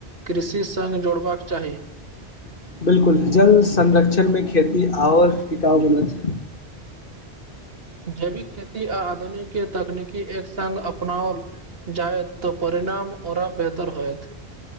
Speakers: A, on the right (about 60°); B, on the left (about 55°).
A: कृषि संग जोड़बाक चाहि
B: बिल्कुल जल संरक्षण मे खेती और टिकाउ बनत
A: जैविक खेती आ आधुनिक तकनीकी एक संग अपनाओल जाएत तऽ परिणाम ओरा बेतर होयत